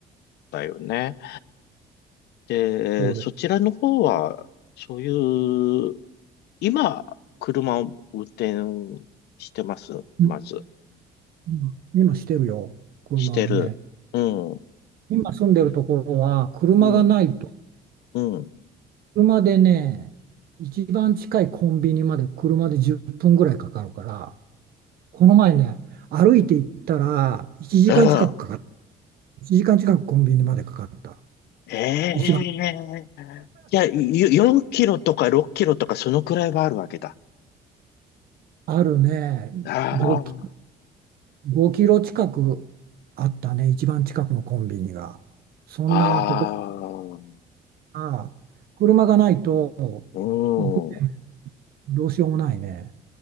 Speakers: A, on the left; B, on the right.
A: だよね。で、
B: そうです。
A: そちらの方は、そういう、今、車を運転してます、
B: うん、
A: まず。
B: うん今してるよ、車はね。
A: してる。うん、
B: 今住んでるところは、車がないと、
A: うん、うん。
B: 車でね、一番近いコンビニまで車で10分ぐらいかかるから、この前ね、歩いて行ったら1時間近くかかった。
A: うん。
B: 1時間近くコンビニまでかかった。
A: ええ
B: 一番
A: いや、よ4キロとか6キロとかそのくらいはあるわけだ。
B: あるね、
A: あ
B: 5キ、5キロ近くあったね、一番近くのコンビニが。そんなところ
A: あ、ああ、
B: が、車がないと、
A: う
B: もう船、
A: ん、う
B: どうしようもないね。